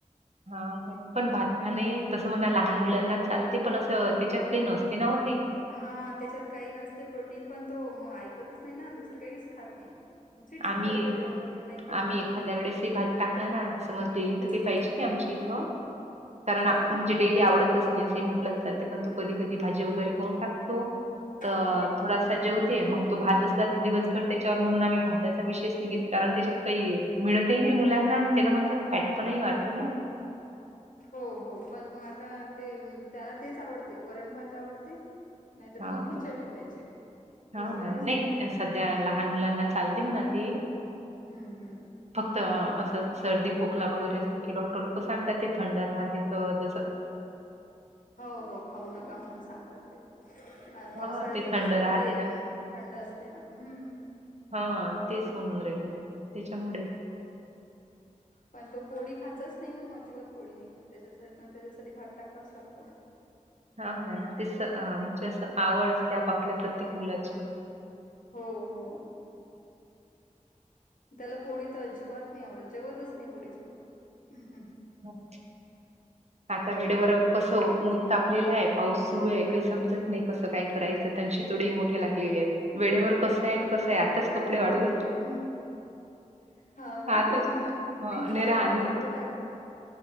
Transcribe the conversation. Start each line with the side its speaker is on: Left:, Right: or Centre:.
Right: हा काय पण भात खा नई तसं म्हणा लहान मुलांना चालते, पण असं त्येच्यात काही नसती नव्ह ती?
Left: हा त्याच्यात काही नसते प्रोटीन पण तो मग ऐकतच नाही ना, दुसरं काहीच खात नाही. मग चिडचिड
Right: आम्ही
Left: करते जेवण वगैरे नाही केलं
Right: आम्ही
Left: तर
Right: एखाद्या वेळेस हे भात टाकला ना, समज डेलीथ
Left: हम्म
Right: काय पाहिजे आमची इथं कारण
Left: हो ना
Right: म्हणजे डेली आवतच नाही असं म्हटलं चालते पण तो कधी कधी भाजी वगैरे कोण टाकतो. तर
Left: हा हा.
Right: थोडासा जेवते, मंग तो भात असला दिवसभर त्याच्यावर म्हणून आम्ही भात त्याचा विशेष निघेत, कारण त्याच्यात काही मिळतही नाही मुलांना आणि त्यान म्हणतात फॅट पण नाही वाढते ना
Left: हो हो पण मग आता ते त्याला तेच आवडते, वरण भात आवडते नाहीतर
Right: हा
Left: मग खिचडी
Right: काय
Left: पाहिजे.
Right: हा
Left: दुसरं
Right: ना
Left: काहीच
Right: नाही
Left: खात
Right: सध्या लहान मुलांना चालते म्हणा ती.
Left: हम्म हम्म.
Right: फक्त असं सर्दी खोकला वगैरे असतो की डॉक्टर लोक सांगतात ते थंड राहते जस
Left: हो हो खाऊ नका म्हणून सांगतात ते. अह पावसाळ्याच
Right: हा ते थंड
Left: तस
Right: राहते
Left: बी ते
Right: ना
Left: थंड असते ना. हम्म.
Right: हा तेच म्हणून राहिले त्याच्यामुळेच
Left: पण तो पोळी खातच नाही ना म अजिबात पोळी नाही खात त्याच्या त्याच्यासाठी भात टाकावाच लागतो.
Right: हा ना तेस अह म्हणजे असं आवड असते आपापल्या प्रत्येक
Left: वरण
Right: मुलाची
Left: हो हो. त्याला पोळी तर अजिबात नाही आवडत जेवतच नाही पोळीसोबत. हम् हम
Right: हो. आता वेळेवर कसं ऊन तापलेलं आहे पाऊस सुरू आहे काही समजत नाही कसं काय करायचं त्यांची तोडी मोठे लागलेले आहेत वेळेवर कसं आहे आणि कसं आहे आताच कपडे वाळू
Left: हा, हो ना
Right: आताच अं,
Left: मी
Right: नेरा
Left: पण आताच
Right: अन्न
Left: वाळू टाकले.